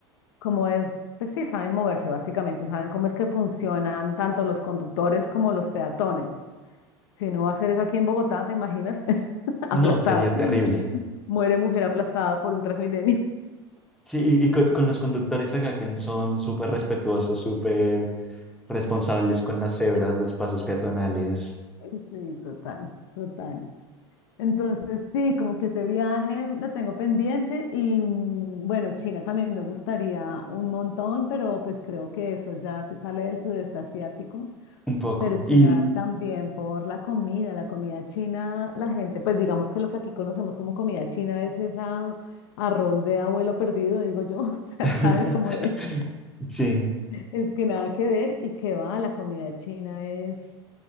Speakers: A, on the left (about 60°); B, in the centre.
A: cómo es, pues sí, saben moverse básicamente, saben cómo es que funcionan tanto los conductores como los peatones. Si no va a ser eso aquí en Bogotá, ¿te imaginas? <laughs>
B: No,
A: Aplastado.
B: sería terrible.
A: Muere mujer aplastada por un Transmilenio.
B: Sí, y, y co- con, los conductores acá que son súper respetuosos, súper responsables con las cebras, los pasos peatonales,
A: <laughs> Sí, total, total. Entonces, sí, como que ese viaje lo tengo pendiente y mm, bueno, China también me gustaría un montón, pero pues creo que eso ya se sale del sudeste asiático,
B: un poco.
A: pero China
B: Y
A: también por la comida, la comida china, la gente, pues digamos que lo que aquí conocemos como comida china es esa arroz de abuelo perdido, digo yo, <laughs> o sea,
B: <laughs>
A: sabes, como de
B: sí,
A: Es que nada que ver y que va, la comida china es...